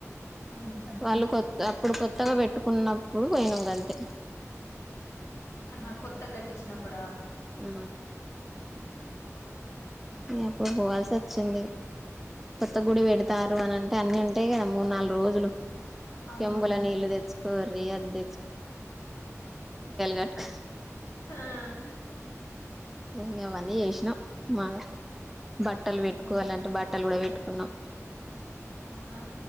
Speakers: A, on the left (about 55°); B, in the centre.
A: ఉహు
B: వాళ్ళు కొత్త ఇప్పుడు కొత్తగా పెట్టుకున్నప్పుడు పోయినంగంతే
A: ఆహా కొత్త కట్టించినప్పుడా
B: ఆ ఎప్పుడు పోవాల్సి వచ్చింది కొత్త గుడి పెడతారు అని అంటే అన్ని ఉంటాయి కదా మూడు నాలుగు రోజులు
A: అవునవును
B: సొంబుల్లో నీళ్ళు తెచ్చు కరి అద్ద కట్టుకో
A: ఆ
B: ఇ అవన్నీ చేసినాం మ బట్టలు పెట్టుకోవాలంటే
A: ఆ
B: బట్టలు కూడా పెట్టు న్నా
A: అవునా